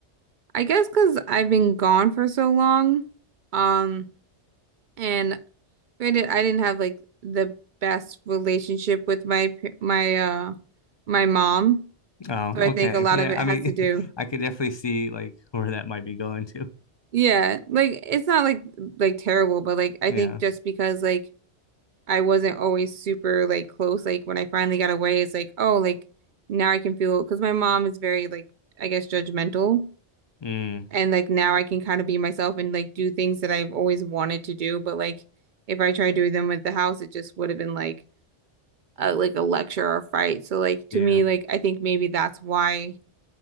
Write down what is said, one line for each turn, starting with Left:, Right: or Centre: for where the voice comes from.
Right: I guess because I've been gone for so long, um, and granted, I didn't have like the best relationship with my pa- my uh my mom,
Left: Oh,
Right: so I think
Left: okay.
Right: a lot
Left: Yeah,
Right: of it
Left: I
Right: has
Left: mean,
Right: to do.
Left: <laughs> I could definitely see like where that might be going to.
Right: Yeah, like it's not like like terrible, but like I
Left: Yeah.
Right: think just because like I wasn't always super like close. Like when I finally got away, it's like, oh, like now I can feel because my mom is very like I guess judgmental,
Left: Mm,
Right: and like now I can kind of be myself and like do things that I've always wanted to do. But like if I tried doing them at the house, it just would have been like a like a lecture or a fight. So like to
Left: yeah.
Right: me, like I think maybe that's why